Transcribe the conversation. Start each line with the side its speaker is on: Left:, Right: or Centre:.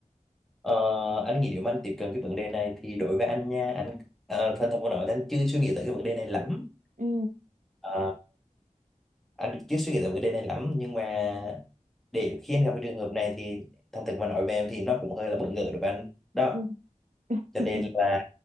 Centre: Ờ, anh nghĩ nếu mà anh tiếp cận cái vấn đề này thì đối với anh nha anh ờ, thật thật mà nói thì anh chưa suy nghĩ tới cái vấn đề này lắm
Right: ừ
Centre: Ờ, anh chưa suy nghĩ tới vấn đề này lắm nhưng mà để khi anh gặp cái trường hợp này thì thành thực mà nói về em thì nó cũng hơi là bỡ ngỡ đối với anh đó
Right: ừ
Centre: cho
Right: <laughs>
Centre: nên là